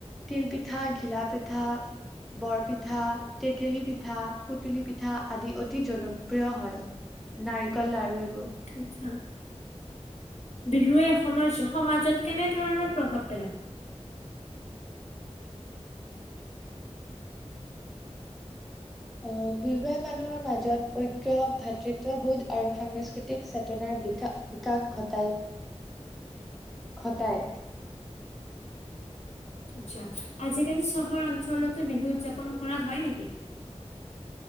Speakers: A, in the centre; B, on the left (about 65°).
A: তিল পিঠা, ঘিলা পিঠা, বৰপিঠা, টেকেলি পিঠা, সুতুলি পিঠা আদি অতি জনপ্ৰিয় হয় নাৰিকল লাৰু এইবোৰ।
B: আচ্ছা বিহুৱে অসমৰ সমাজত কেনেধৰণৰ প্ৰভাৱ পেলায়?
A: আহ বিহুৱা মানুহৰ মাজত ঐক্য ভাতৃত্ববোধ আৰু সাংস্কৃতিক চেতনাৰ বিকা বিকাশ ঘটায় ঘটায়
B: আচ্ছা আজিকালি চহৰ অঞ্চলতো বিহু উদযাপন কৰা হয় নেকি